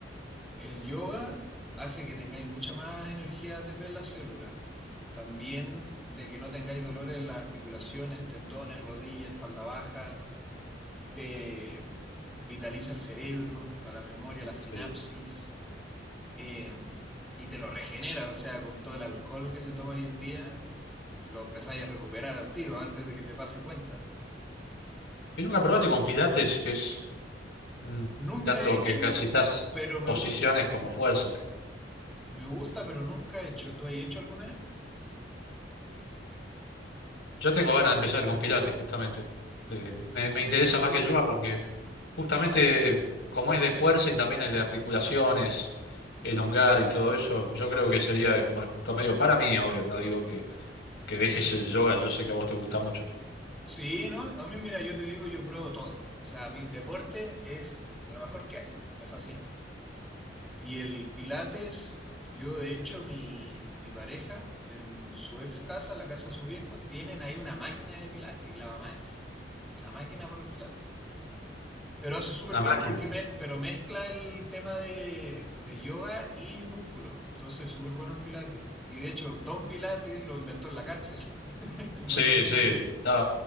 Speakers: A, in the centre; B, on the left.
A: El yoga hace que tengáis mucha más energía ATP en las células. También de que no tengáis dolores en las articulaciones, tendones, rodillas, espalda baja. Te vitaliza el cerebro, para la memoria, la sinapsis.
B: Sí.
A: eh, y te lo regenera, o sea, con todo el alcohol que se toma hoy en día, lo empezáis a recuperar al tiro antes de que te pase cuenta.
B: ¿Y nunca
A: Eh,
B: probaste con pilates, que es mm,
A: nunca
B: tanto
A: he hecho,
B: que ejercitas
A: pero me
B: posiciones
A: gusta.
B: como fuerza?
A: Me gusta, pero nunca he hecho. ¿Tú has hecho alguna vez?
B: Yo tengo ganas de empezar con pilates, justamente. Eh, me, me interesa
A: Es súper
B: más que
A: bueno.
B: el yoga porque justamente como es de fuerza y también es de articulaciones, elongar y todo eso, yo creo que sería como el justo medio para mí, obvio, no digo que, que dejes el yoga, yo sé que a vos te gusta mucho.
A: Sí, ¿no? A mí, mira, yo te digo, yo pruebo todo. O sea, mi deporte es lo mejor que hay. Me fascina. Y el Pilates, yo de hecho, mi, mi pareja, en su ex casa, la casa de sus viejos, tienen ahí una máquina de Pilates. Y la mamá es una máquina para los Pilates. Pero hace súper
B: Una
A: bien
B: máquina.
A: porque me, pero mezcla el tema de, de yoga y músculo. Entonces, súper bueno el Pilates. Y de hecho, Don Pilates lo inventó en la cárcel. <laughs> No
B: Sí,
A: sé si
B: sí.
A: sabía.
B: Ah,